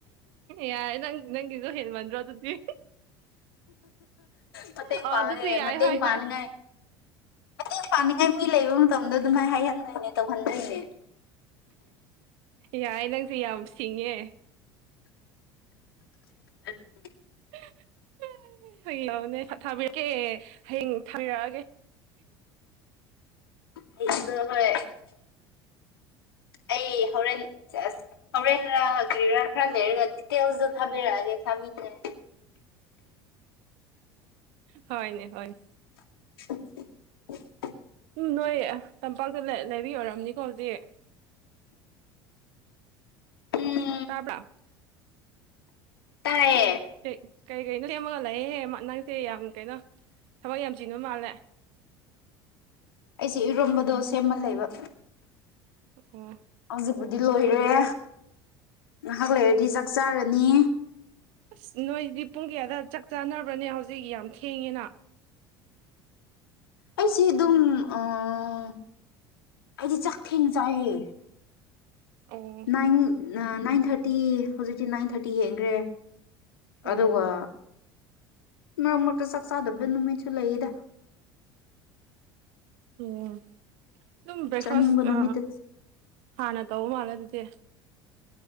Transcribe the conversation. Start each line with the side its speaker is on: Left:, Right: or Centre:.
Right: ꯌꯥꯔꯦ ꯅꯪ-ꯅꯪꯒꯤꯗꯨ ꯍꯦꯟꯃꯟꯗ꯭ꯔꯣ ꯑꯗꯨꯗꯤ
Left: ꯃꯦ
Right: ꯑꯥ
Left: ꯄꯥꯒꯦ
Right: ꯑꯗꯨꯁꯨ ꯌꯥꯏ
Left: ꯃ
Right: ꯍꯣꯏ
Left: ꯄꯥꯥꯟꯒ
Right: ꯍꯣꯏ
Left: ꯃꯇ ꯄꯥꯅꯤꯡꯉꯥꯏ ꯃꯤ ꯂꯩꯕ ꯃꯇꯝꯗ ꯑꯗꯨꯝꯥꯏꯅ ꯍꯥꯏꯍꯟꯗꯣꯏꯅꯦ ꯇꯧꯍꯟꯗꯣꯏꯅꯦ
Right: ꯌꯥꯏ ꯅꯪꯁꯦ ꯌꯥꯝ ꯁꯤꯡꯉꯦ
Left: ꯑꯗꯨ
Right: <unintelligible> ꯊꯥꯕꯤꯔꯛꯀꯦ ꯍꯥꯌꯦꯡ ꯊꯥꯕꯤꯔꯛꯑꯒꯦ
Left: ꯍꯗꯨ ꯍꯣꯏ <unintelligible> ꯑꯩ ꯍꯣꯔꯦꯟꯁ ꯍꯧꯔꯦꯟꯔꯥ ꯀ꯭ꯔꯤꯔꯥ ꯈꯔ ꯂꯩꯔꯒ ꯗꯤꯇꯦꯜꯁꯗꯨ ꯊꯥꯕꯤꯔꯛꯑꯒꯦ ꯊꯥꯕꯤꯗꯦ
Right: ꯍꯣꯏꯅꯦ-ꯍꯣꯏꯅꯦ
Left: <inaudible>
Right: ꯎꯝ ꯅꯣꯏ ꯇꯝꯄꯥꯛꯇ ꯂꯩꯕꯤ ꯑꯣꯏꯔꯝꯅꯤꯀꯣ ꯍꯧꯖꯤꯛ
Left: ꯎꯝ
Right: ꯇꯥꯕ꯭ꯔꯥ
Left: ꯇꯥꯏꯌꯦ
Right: ꯀꯩ-ꯀꯩ-ꯀꯩꯅꯣ ꯁꯦꯝꯃꯒ ꯂꯩꯌꯦ ꯅꯪꯁꯦ ꯌꯥꯝ ꯀꯩꯅꯣ ꯊꯕꯛ ꯌꯥꯝ ꯆꯤꯟꯕ ꯃꯥꯜꯂꯦ
Left: ꯑꯩꯁꯦ ꯏꯔꯣꯝꯕꯗꯣ ꯁꯦꯝꯃꯥ ꯂꯩꯕ
Right: ꯑꯣ
Left: ꯍꯧꯖꯤꯛꯄꯨꯗꯤ ꯂꯣꯏꯔꯦ ꯉꯥꯏꯍꯥꯛ ꯂꯩꯔꯗꯤ ꯆꯥꯛ ꯆꯥꯔꯅꯤ
Right: ꯑꯁ ꯅꯣꯏꯗꯤ ꯄꯨꯡ ꯀꯌꯥꯗ ꯆꯥꯛ ꯆꯥꯅꯕ꯭ꯔꯥꯅꯦ ꯍꯧꯖꯤꯛ ꯌꯥꯝ ꯊꯦꯡꯉꯦꯅ
Left: ꯑꯩꯁꯦ ꯗꯨꯝ ꯑꯥ ꯑꯩꯗꯤ ꯆꯥꯛꯊꯦꯡꯅ ꯆꯥꯏꯌꯦ
Right: ꯑꯣ
Left: ꯅꯥꯏꯟ ꯅꯥꯏꯟ ꯊꯥꯔꯇꯤ ꯍꯧꯖꯤꯛꯇꯤ ꯅꯥꯏꯟ ꯊꯥꯔꯇꯤ ꯍꯡꯈ꯭ꯔꯦ
Right: ꯑꯣ
Left: ꯑꯗꯨꯒ ꯃꯔꯛ ꯃꯔꯛꯇ ꯆꯥꯛ ꯆꯥꯗꯕ ꯅꯨꯃꯤꯠꯁꯨ ꯂꯩꯗ
Right: ꯑꯣ ꯑꯗꯨꯝ ꯕ꯭ꯔꯦꯛꯐꯥꯁ
Left: ꯆꯥꯅꯤꯡꯕ ꯅꯨꯃꯤꯠꯇ
Right: ꯍꯥꯟꯅ ꯇꯧꯕ ꯃꯥꯜꯂꯦ ꯑꯗꯨꯗꯤ